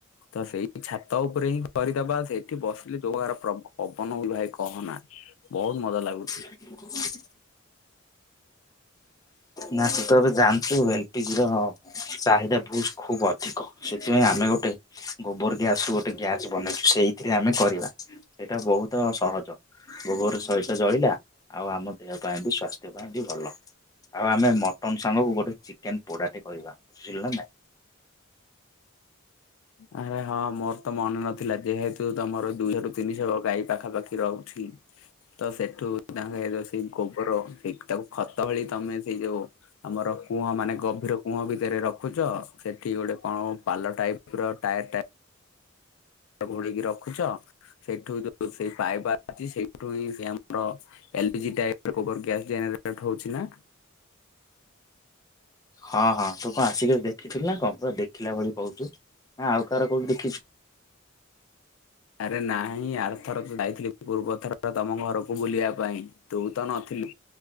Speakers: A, on the left; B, on the left.
A: ତ ସେଇ ଛାତ ଉପରେ ହିଁ କରିଦବା ସେଇଠି ବସିଲେ ଯୋଉ ପ୍ରକାର ପ୍ରବ-ପବନ ହଉଛି ଭାଇ କହନା। ବହୁତ ମଜା ଲାଗୁଛି।
B: ଦେଖିବୁ କଣ ହଉଚି। ନା ତୁ ତ ଏବେ ଜାଣଥିବୁ ଏ ଲ ପି ଜି ର ଚାହିଦା ଭୁଲ୍ ଖୁବ ଅଧିକ ସେଥିପାଇଁ ଆମେ ଗୋଟେ ଗୋବର ଗ୍ୟାସ ରୁ ଗୋଟେ ଗ୍ୟାସ ବନେଇଛୁ ସେଇ ଏଥିରେ ଆମେ କରିବା ସେଇଟା ବହୁତ ସହଜ। ଗୋବର ତ ଏଇତ ଜଳିଲା ଆଉ ଆମ ଦେହ ପାଇଁ ବି ସ୍ୱାସ୍ଥ୍ୟ ପାଇଁ ବି ଭଲ। ଆଉ ଆମେ ମଟନ ସାଙ୍ଗକୁ ଗୋଟେ ଚିକେନ ପୋଡାଟେ କରିବା ବୁଝିଲେ ନା ନାଇଁ?
A: ଆରେ ହଁ ମୋର ତ ମନେ ନ ଥିଲା ଯେହେତୁ ତମର ଦୁଇ ଶହ ରୁ ତିନି ଶହ ଗାଈ ପାଖା ପାଖି ରହୁ ଛି ତ ସେଠୁ ତାଙ୍କ ଏ ଯୋଉ ସେଇ ଗୋବର ଏ ତାକୁ- ଖତ ଭଳି ତମେ ସେଇ ଯୋଉ ଆମର କୂଅ ମାନେ ଗଭୀର କୂଅ ଭିତରେ ର ଖୁଚ ସେଠି ଗୋଟେ କଣ ପାଲ ଟାଇପି ର ଟାୟାର ଟା <unintelligible> ଘୋଡେଇକି ରଖୁଛ ସେଇଠୁ ଯୋଉ ସେଇ ପାଇପି ଅଛି ସେଇଠୁ ହିଁ ସେ ଆମର L P G <unintelligible> gas generated ହଉଛି ନା?
B: ହଁ ହଁ ତୁ କଣ ଆସିକି ଦେଖିଥିଲୁ ନା କଣ ପୁରା ଦେଖିଲା ଭଳି କହୁଚୁ ନା ଆଉ କାହାର କୋଉଠି ଦେଖିଛୁ?
A: ଆରେ ନାଇଁ ଆରଥରକ ଯାଇଥିଲି ପୂର୍ବ ଥର ତମ ଘରକୁ ବୁଲିବା ପାଇଁ। ତୁ ତ ନ ଥିଲୁ।